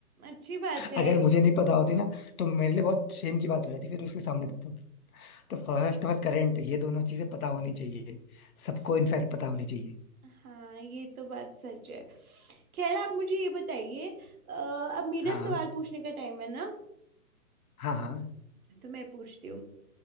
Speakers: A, on the right; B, on the left.
A: अच्छी बात है
B: अगर मुझे नहीं पता होती ना तो मेरे लिए बहुत शेम की बात हो जाती फिर उसके सामने तो। तो फर्स्ट और करंट ये दोनों चीजें पता होनी चाहिए सबको इनफैक्ट पता होनी चाहिए
A: हाँ ये तो बात सच है खैर आप मुझे ये बताइए अ, अब मेरा
B: हाँ
A: सवाल पूछने का टाइम है ना
B: हाँ हाँ
A: तो मैं पूछती हूँ